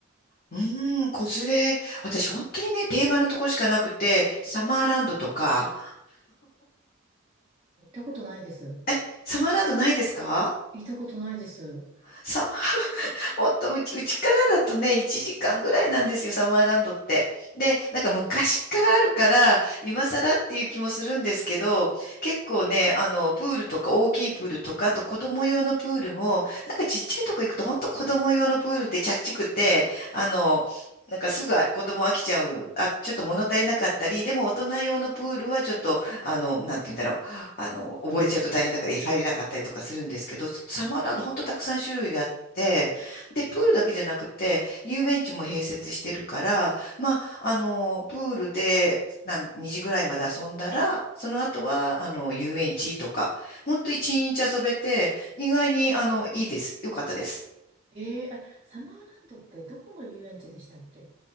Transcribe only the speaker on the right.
行ったことないです。
行ったことないです。
えー、あ、サマーランドってどこの遊園地でしたっけ